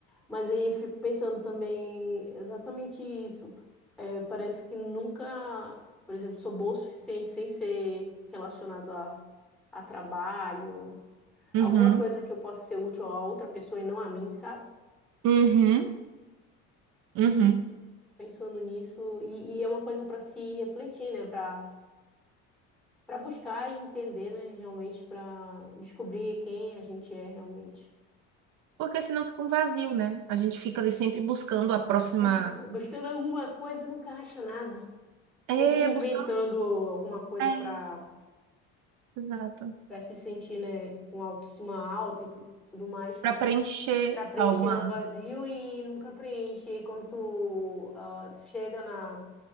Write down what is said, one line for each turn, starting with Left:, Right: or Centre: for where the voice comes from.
Centre: Mas aí eu fico pensando também exatamente isso. É, parece que nunca, por exemplo, sou boa o suficiente sem ser relacionado a, a trabalho,
Right: Uhum,
Centre: alguma coisa que eu possa ser útil a outra pessoa e não a mim, sabe?
Right: uhum, uhum.
Centre: Aí pensando nisso, e, e é uma coisa para se refletir, né? Para para buscar e entender, né? Realmente, para descobrir quem a gente é realmente.
Right: Porque senão fica um vazio, né? A gente fica ali sempre buscando a próxima.
Centre: busca- buscando alguma coisa, nunca acha nada. Sempre
Right: É,
Centre: inventando
Right: buscando.
Centre: alguma coisa
Right: É,
Centre: para
Right: exato.
Centre: para se sentir, né, com autoestima alta e tu- tudo mais,
Right: Para preencher
Centre: para preencher
Right: alguma.
Centre: o vazio e nunca preenche. E aí quando tu, ah, tu chega na